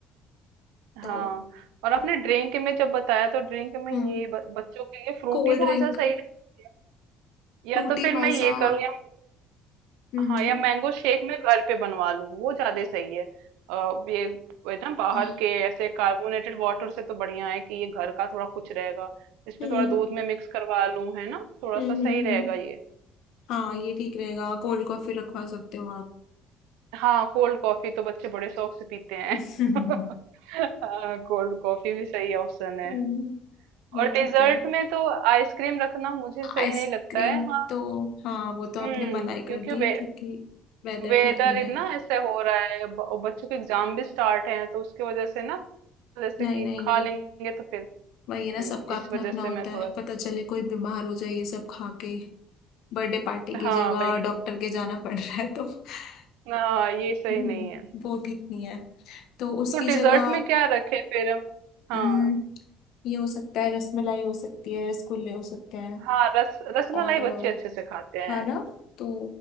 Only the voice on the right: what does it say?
हाँ।
और आपने ड्रिंक में जब बताया तो ड्रिंक में
ये ब, बच्चों के लिए फ्रूटी
मौजा सही रहती है या
तो फिर
मैं ये करूँ या
हाँ या मैंगो शेक मैं घर पे बनवा लूँ वो ज्यादा सही है आ, ये ये ना बाहर
के ऐसे कार्बोनेटेड वाटर से तो बढ़िया है कि ये घर का थोड़ा कुछ रहेगा इसमें
थोड़ा दूध में मिक्स करवा लूँ है ना थोड़ा
सा सही
रहेगा ये
हाँ कोल्ड कॉफी तो बच्चे बड़े शौक से पीते हैं
<laughs> हाँ कोल्ड कॉफी भी सही ऑप्शन है
और डेजर्ट
में तो आइसक्रीम रखना मुझे सही
नहीं लगता है हाँ
हम्म
क्योंकि
वे,
वेदर
इतना
ऐसे हो रहा है ब- और बच्चों के एग्जाम भी स्टार्ट हैं तो उसकी वजह से ना जैसे
कि
खा
लेंगे तो फिर
हम्म,
इस
वजह
से
मैं थोड़ा
सा
हाँ
भाई
हाँ ये सही
नहीं है
तो डेजर्ट
में क्या रखे फिर हम हाँ
हाँ रस रसमलाई
बच्चे
अच्छे से खाते हैं